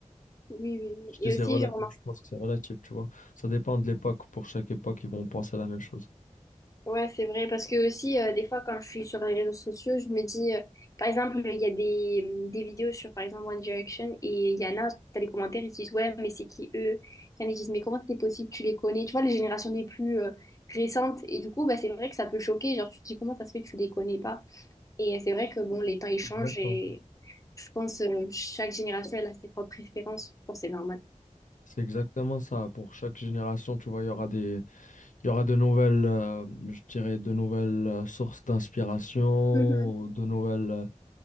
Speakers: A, on the left; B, on the left.
A: Oui, oui, oui.
B: Je
A: Et
B: dis c'est
A: aussi,
B: relatif,
A: genre,
B: je pense que c'est relatif, tu vois. Ça dépend de l'époque. Pour chaque époque, ils vont penser la même chose.
A: Ouais, c'est vrai, parce que aussi, euh, des fois, quand je suis sur les réseaux sociaux, je me dis, euh, par exemple, il y a des, mm, des vidéos sur, par exemple, One Direction, et il y en a, t'as les commentaires, ils disent, ouais, mais c'est qui eux? Il y en a qui disent, mais comment c'est possible, tu les connais? Tu vois, les générations les plus euh, récentes, et du coup, bah, c'est vrai que ça peut choquer, genre, tu te dis, comment ça se fait, que tu les connais pas? Et c'est vrai que, bon, les temps, ils changent,
B: C'est Exactement
A: et
B: ça.
A: je pense, euh, chaque génération, elle a ses propres préférences, je pense que c'est normal.
B: C'est exactement ça. Pour chaque génération, tu vois, il y aura des, il y aura de nouvelles, euh, je dirais, de nouvelles euh, sources d'inspiration,
A: Mhm.
B: ou de nouvelles, euh,